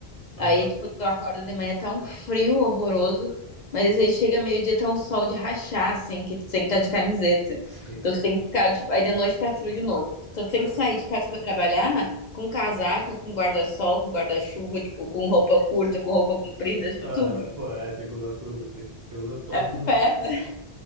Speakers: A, on the right (about 25°); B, on the left (about 55°).
A: Aham,
B: Aí, tipo, tu acorda de manhã, tá um frio horroroso, mas aí chega meio-dia, tá um sol de rachar, assim, que tu tem que estar de camiseta.
A: sim.
B: Então tu tem que ficar, tipo, aí de noite tá frio de novo. Então tu tem
A: <laughs>
B: que sair de casa pra trabalhar com casaco, com guarda-sol, com guarda-chuva, tipo, com roupa curta, com roupa comprida, tipo,
A: Aham,
B: tudo.
A: pô, é, tem que usar tudo. Tem, você usa todos,
B: Inferno.
A: os-